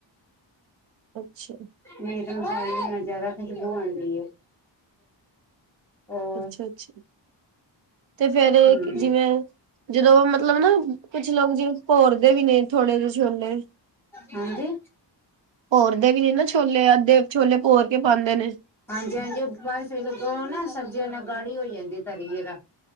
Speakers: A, on the right; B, in the centre.
A: ਅੱਛਾ।
B: ਮੀਟ ਮਸਾਲੇ ਨਾ ਜ਼ਿਆਦਾ ਖੁਸ਼ਬੂ ਆਂਦੀ ਏ। ਹੋਰ
A: ਅੱਛਾ-ਅੱਛਾ। ਤੇ ਫੇਰ,
B: ਹਮ
A: ਜਿਵੇਂ ਜਦੋਂ ਮਤਲਬ ਨਾ ਕੁਛ ਲੋਕ ਜਿਵੇਂ ਭੋਰਦੇ ਵੀ ਨੇ ਥੋੜ੍ਹੇ ਜਿਹੇ ਛੋਲੇ
B: ਹਾਂਜੀ।
A: ਭੋਰਦੇ ਵੀ ਨੇ ਨਾ, ਛੋਲੇ ਅੱਧੇ ਛੋਲੇ ਭੋਰ ਕੇ ਪਾਂਦੇ ਨੇ।
B: ਹਾਂਜੀ-ਹਾਂਜੀ, ਓ ਬਸ ਫੇਰ ਨਾ ਸਬਜ਼ੀ ਓ ਨਾਲ ਗਾੜੀ ਹੋ ਜਾਂਦੀ ਤਰੀ ਜਰਾ